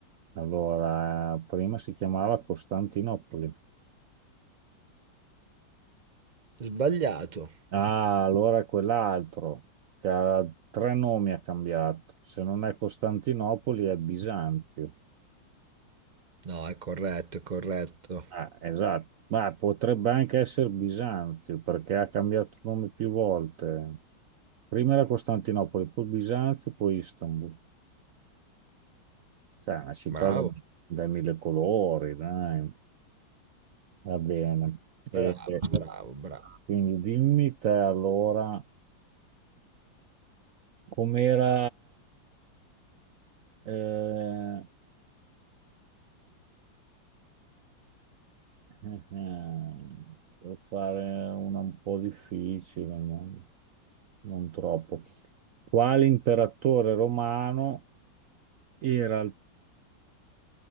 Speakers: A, on the right; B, on the right.
A: Allora, prima si chiamava Costantinopoli.
B: Sbagliato.
A: Ah, allora è quell'altro che ha tre nomi ha cambiato. Se non è Costantinopoli è Bisanzio.
B: No, è corretto, è corretto.
A: Ah, esatto. Ma potrebbe anche essere Bisanzio perché ha cambiato nome più volte. Prima era Costantinopoli, poi Bisanzio, poi Istanbul. Cioè, è una città
B: Bravo,
A: da- dai mille colori, dai. Va bene. E,
B: bravo,
A: e
B: bravo, bravo.
A: quindi dimmi te allora com'era eh, Eh, eh, Devo fare una un po' difficile, ma non troppo. Quale imperatore romano era al...